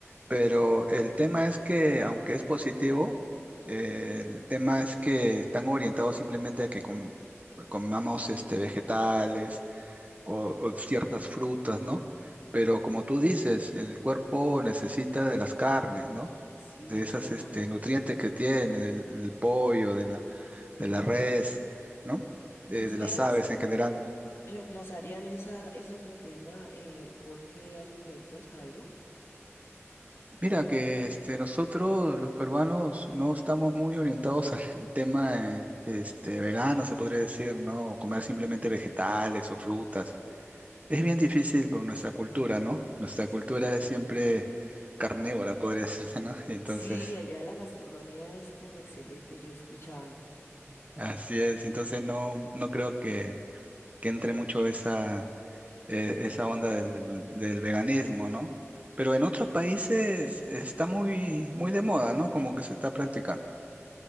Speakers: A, on the right (about 30°); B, on the left (about 55°).
A: pero el tema es que, aunque es positivo, eh, el tema es que están orientados simplemente a que com- comamos este, vegetales o, o ciertas frutas, ¿no? Pero como tú dices, el cuerpo necesita de las carnes, ¿no?
B: Sí,
A: De esas
B: claro.
A: este, nutrientes que tiene, del, del pollo, de la, de la res, ¿no? Eh,
B: ¿Y ustedes
A: de las aves en general.
B: reemplazarían esa, esa proteína eh, por qué alimentos, Jairo?
A: Mira que este, nosotros los peruanos no estamos muy orientados <laughs> al al tema eh, este, vegano, se podría decir, ¿no? O comer simplemente vegetales o frutas. Es bien difícil por nuestra
B: Sí,
A: cultura, ¿no? Nuestra
B: sí,
A: cultura
B: sí.
A: es siempre carnívora, podría decirse, ¿no? <laughs> Entonces,
B: Sí, allá la gastronomía es como excelente, yo he escuchado.
A: así es. Entonces no, no creo que, que entre mucho esa, eh, esa onda del, del veganismo, ¿no? Pero en otros países está muy, muy de moda, ¿no? Como que se está practicando.